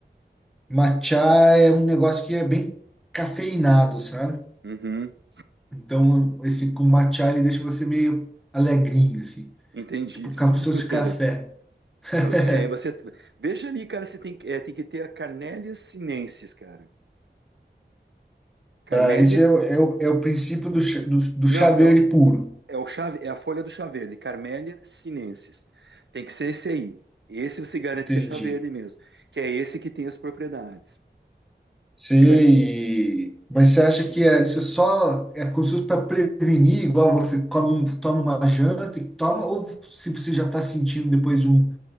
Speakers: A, in the centre; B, on the right (about 75°).
A: Matcha é um negócio que é bem cafeinado, sabe?
B: Uhum.
A: Então, esse com matcha, ele deixa você meio alegrinho, assim.
B: Entendi.
A: Tipo,
B: <laughs>
A: como se fosse café. <laughs>
B: É, você veja ali, cara, você tem, que- é, tem que ter a Carnélia sinensis, cara. Carmélia,
A: Ah, esse é, o- é, o- é o princípio do, chá- do, do
B: não,
A: chá verde
B: é, o-
A: puro.
B: é o chave, é a folha do chá verde, Carmélia sinensis. Tem que ser esse aí. Esse você garante
A: Entendi.
B: que é chá verde mesmo, que é esse que tem as propriedades,
A: Sim,
B: que vai.
A: e- mas você acha que é, isso só é como se fosse para prevenir, igual você come, um- toma uma janta e toma, ou se você já está sentindo depois de um